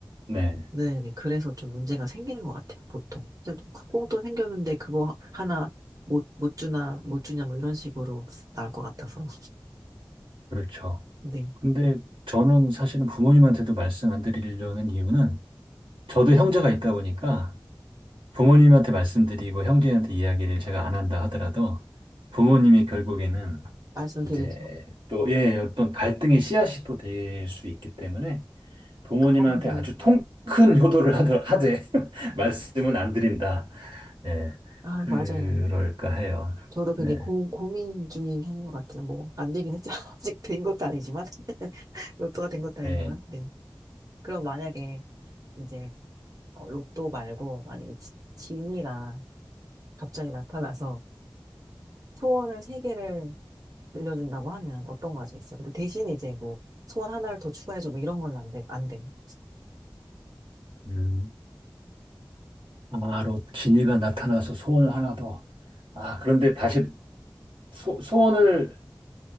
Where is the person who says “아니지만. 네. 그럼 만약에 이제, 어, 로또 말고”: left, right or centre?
Right